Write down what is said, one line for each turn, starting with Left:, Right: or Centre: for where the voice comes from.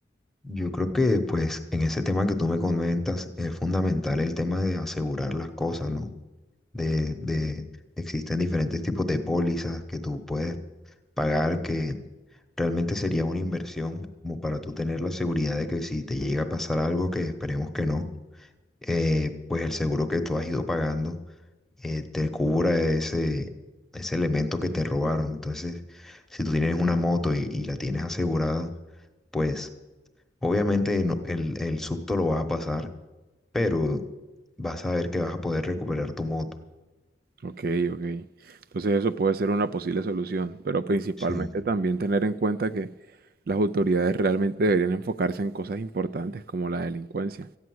Centre: Yo creo que pues en ese tema que tú me comentas es fundamental el tema de asegurar las cosas, ¿no? De, de existen diferentes tipos de pólizas que tú puedes pagar que realmente sería una inversión como para tú tener la seguridad de que si te llega a pasar algo que esperemos que no, eh, pues el seguro que tú has ido pagando eh, te cubra ese, ese elemento que te robaron. Entonces, si tú tienes una moto y, y la tienes asegurada, pues obviamente no- el, el susto lo vas a pasar, pero vas a ver que vas a poder recuperar tu moto.
Right: Ok, ok. Entonces eso puede ser una posible solución, pero principalmente
Centre: Sí,
Right: también tener en cuenta que las autoridades realmente deberían enfocarse en cosas importantes como la delincuencia.